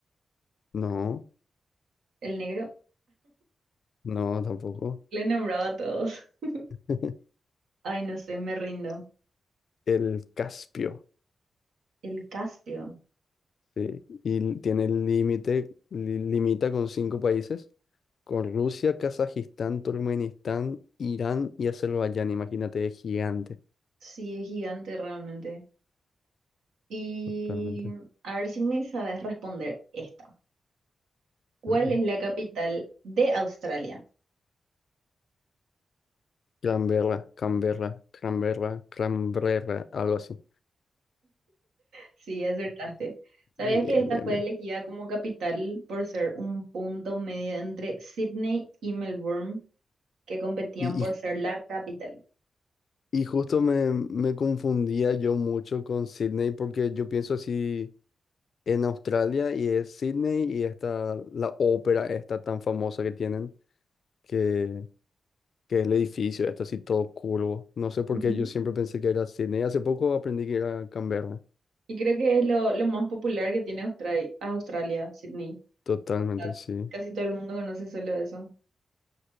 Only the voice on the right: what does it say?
el negro.
Le he nombrado a todos. <laughs>
Ay, no sé, me rindo.
El Caspio.
Sí, es gigante realmente. Y
a ver si me sabes responder esta. ¿Cuál
es la capital de Australia?
Sí, acertaste. ¿Sabías
que esta
fue
elegida como capital por ser un punto medio entre Sydney y Melbourne, que competían
por
ser la capital?
Ujú.
Y creo que es lo, lo más popular que tiene Australia, Australia, Sydney.
Ah,
Casi todo el mundo conoce solo eso.